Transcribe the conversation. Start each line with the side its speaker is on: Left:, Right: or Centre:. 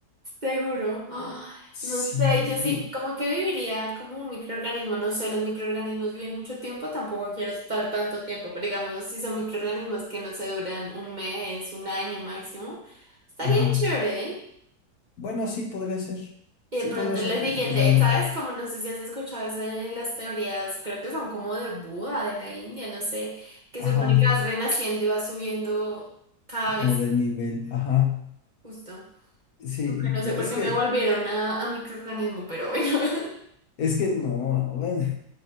Right: Seguro. <gasps> Ah,
Left: sí,
Right: no sé, yo sí, como que viviría como un microorganismo. No sé, los microorganismos viven mucho tiempo, tampoco quiero estar tanto tiempo, pero digamos, si son microorganismos que no se duran un mes, un año máximo, estaría
Left: ajá,
Right: chévere, ¿eh?
Left: bueno, sí podría ser, sí
Right: Y de pronto
Left: podría ser
Right: en la
Left: porque
Right: siguiente,
Left: pues ya no,
Right: ¿sabes? Como no sé si has escuchado eso de las teorías, creo que son como de Buda, de la India, no sé, que
Left: ajá,
Right: supone que vas renaciendo y vas subiendo cada
Left: como
Right: vez,
Left: de nivel, ajá.
Right: justo.
Left: Sí,
Right: Aunque no sé
Left: no,
Right: por
Left: es
Right: qué
Left: que,
Right: me volvieron a, a microorganismo, pero bueno. <laughs>
Left: es que no, bueno,